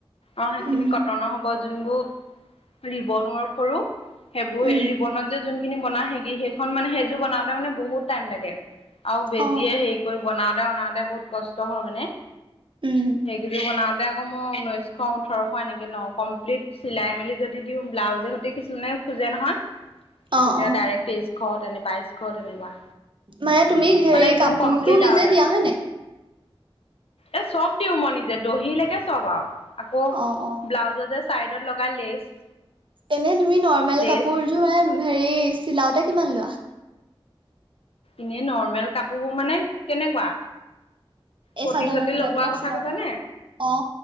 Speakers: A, on the left; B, on the right.
A: অ', সেইখিনি
B: উম
A: কটনৰ হ'ব যোনবোৰ ৰিবন ওৰ্কক কৰো সেইবোৰ
B: উম
A: ৰিবনত যে যোনখিনি বনাও সেগি সেইখন মানে সেইযোৰ বনাওতে মানে বহুত টাইম লাগে। আও বেজিয়ে
B: অ
A: হেৰি কৰি বনাওতে বনাওতে বহুত কষ্ট হয় মানে।
B: উম
A: সেইকেইযোৰ বনাওঁতে আকৌ মই ঊনৈছ - শ ওঠৰশ এনেকৈ লওঁ কমপ্লিট চিলাই মেলি যদি দিওঁ ব্লাউজে সৈতে কিছুমানে খোজে নহয়। তেতিয়া
B: অ অ।
A: ডাইৰেক্ট তেইশ তেনে বাইশ তেনেকুৱা।
B: মানে তুমি হেৰি
A: মানে একদম
B: কাপোৰটো
A: কমপ্লিট
B: নিজে
A: আৰু দা
B: দিয়া হয় নাই?
A: এ চব দিও মই নিজে দহিলৈকে চব আৰু আকৌ
B: অ অ।
A: ব্লাউজত যে চাইডত লগা লেচ।
B: এনে তুমি নৰ্মেল
A: লেচ
B: কাপোৰযোৰ হেৰি চিলাওতে কিমান লোৱা?
A: এনে নৰ্মেল কাপোৰবোৰ মানে কেনেকুৱা?
B: এই
A: পতি
B: চাদৰ
A: চতি
B: মেখেলা
A: লগোৱাৰ
B: বিলাক
A: কথা
B: চিলাওতে
A: কৈছানে?
B: অঁ